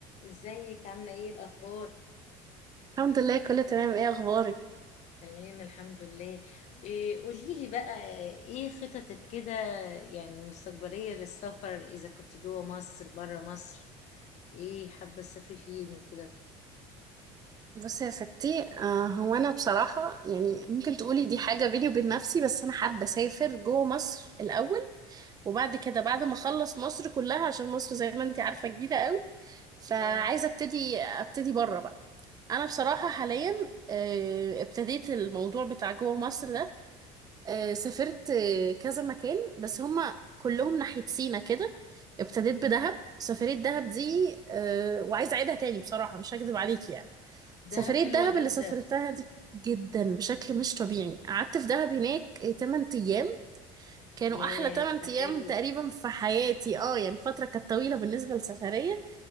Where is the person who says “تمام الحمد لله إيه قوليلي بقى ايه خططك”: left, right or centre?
Left